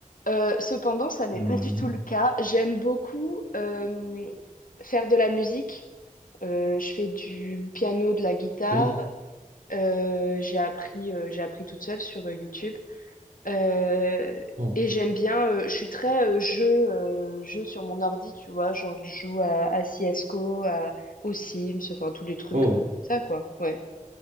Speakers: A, on the left (about 80°); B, on the right (about 70°).
A: Euh, cependant, ça n'est
B: Mhm.
A: pas du tout le cas. J'aime beaucoup euh, faire de la musique. Euh, je fais du piano, de la guitare.
B: Cool.
A: Euh, j'ai appris, euh, j'ai appris toute seule sur euh, YouTube. Euh,
B: Oh.
A: et j'aime bien, euh, je suis très euh, jeu, euh, jeu sur mon ordi, tu vois, genre je joue à, à CSGO, à, aux Sims, enfin tous les trucs
B: Oh.
A: euh, comme ça, quoi. Ouais.